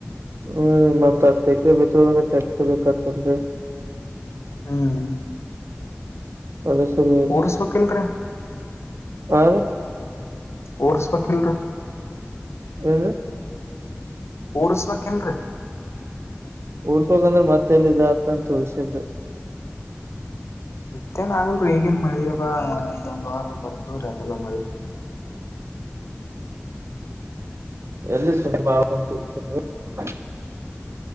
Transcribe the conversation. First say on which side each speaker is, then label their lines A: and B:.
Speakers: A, on the right; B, on the left.
A: ಹ್ಮ ಮತ್ತತ್ ಎಕ್ರಿ ಬಿತ್ಬೇಕುದ್ರ ಟ್ರಾಕ್ಟರ್ ಬೇಕತ್ತಲ್ರಿ
B: ಹ್ಮ್
A: ಅದ ಸ <unintelligible>
B: ಊರ್ಸ್ಬೇಕಿಲ್ರಿ
A: ಯರು
B: ಉರ್ಸ್ ಬೇಕಿಳ್ರಿ
A: ಹ್ಮ
B: ಪೋರ್ಸ್ಬೇಕಕ್ಲ್ರೀ
A: ಉಡ್ಸ್ಬೇಕಂದ್ರೆ ಮತ್ತೆಲ್ಲಾಗ ಉಳ್ಸಿಲ್ರಿ
B: ಮತ್ತೇನ್ ಆಗಲ್ಲೇ ಈಗೇನ್ ಮಳಿ ಅವೊಂದ್ ವಾರ ಬರ್ತದ್ರೀ ಅದೆಲ್ಲ ಮಳಿ
A: ಎಲ್ಲಿ ಸುಲಭ ಆಂತಸಿದಿ <unintelligible>